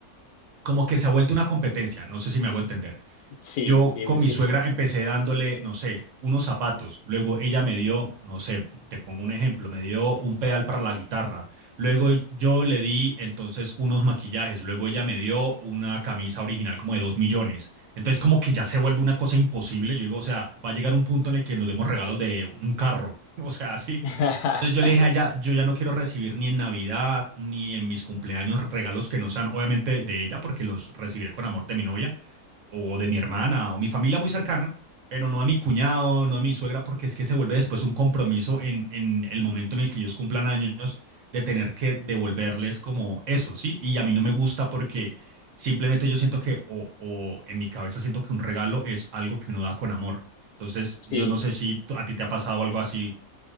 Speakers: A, on the right (about 65°); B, on the left (about 85°).
A: como que se ha vuelto una competencia, no sé si me hago entender.
B: sí,
A: Yo
B: sí,
A: con
B: sí.
A: mi suegra empecé dándole, no sé, unos zapatos. Luego ella me dio, no sé, te pongo un ejemplo, me dio un pedal para la guitarra. Luego yo le di entonces unos maquillajes. Luego ella me dio una camisa original como de dos millones. Entonces como que ya se vuelve una cosa imposible. Yo digo, o sea, va a llegar un punto en el que nos demos regalos de un carro. <laughs> O sea, así.
B: <laughs>
A: Entonces yo le dije a ella, yo ya no quiero recibir ni en Navidad ni en mis cumpleaños regalos que no sean obviamente de ella porque los recibiré con amor de mi novia, o de mi hermana o mi familia muy cercana, pero no de mi cuñado, no de mi suegra, porque es que se vuelve después un compromiso en, en el momento en el que ellos cumplan años de tener que devolverles como eso, ¿sí? Y a mí no me gusta porque simplemente yo siento que, o, o en mi cabeza siento que un regalo es algo que uno da con amor. Entonces, yo
B: Sí,
A: no sé si tú- a ti te ha pasado algo así.